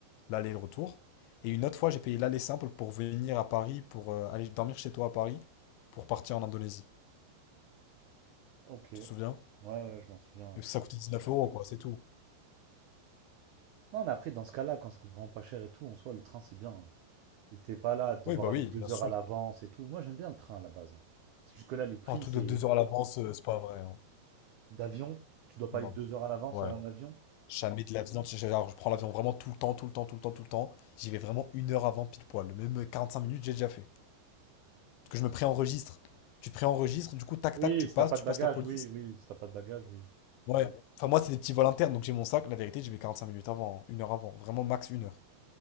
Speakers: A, on the left; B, on the right.
A: L'aller et le retour. Et une autre fois, j'ai payé l'aller simple pour venir à Paris, pour euh, aller dormir chez toi à Paris, pour partir en Indonésie.
B: Ok. Ouais,
A: Tu te souviens?
B: ouais, je m'en souviens. ouais.
A: Mais ça coûtait 19 euros, quoi, c'est tout.
B: Non, mais après, dans ce cas-là, quand ça coûte vraiment pas cher et tout, en soi, le train, c'est bien. hein. Et t'es pas là à devoir
A: Oui, bah
B: aller
A: oui,
B: deux
A: bien sûr.
B: heures à l'avance et tout. Moi, j'aime bien le train à la base. hein. C'est juste que là, les prix,
A: Pas Un truc
B: c'est
A: de deux heures à l'avance, euh, c'est pas vrai. hein.
B: d'avion. Tu dois pas
A: Non.
B: aller deux heures à l'avance
A: Ouais.
B: en avion.
A: Jamais de l'avion. tu sais, Genre, je prends l'avion vraiment tout le temps, tout le temps, tout le temps, tout le temps. J'y vais vraiment une heure avant, pile poil. Même 45 minutes, j'ai déjà fait. Parce que je me préenregistre. Tu te préenregistres, du coup, tac,
B: Oui,
A: tac, tu
B: si
A: passes,
B: t'as pas
A: tu
B: de bagages,
A: passes la police.
B: oui, oui. Si t'as pas de bagages, oui.
A: Ouais. Enfin, moi, c'est des petits vols internes, donc j'ai mon sac. La vérité, j'y vais 45 minutes avant, hein, une heure avant. Vraiment, max une heure.